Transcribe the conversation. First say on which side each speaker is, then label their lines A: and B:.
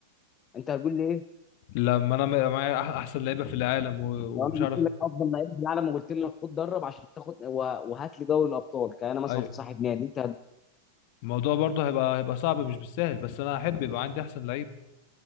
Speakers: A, on the left; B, on the left.
A: انت هتقول لي ايه؟
B: لما انا معايا أح- احسن لعيبة في العالم و-
A: لو
B: ومش
A: انا
B: عارف
A: قلت لك افضل لعيب في العالم وقلت لك خد درب عشان تاخد و- وهات لي دوري الابطال كان انا مثلا
B: ايوه
A: صاحب نادي انت
B: الموضوع برضه هيبقى هيبقى صعب مش بالسهل بس انا احب يبقى عندي احسن لعيبة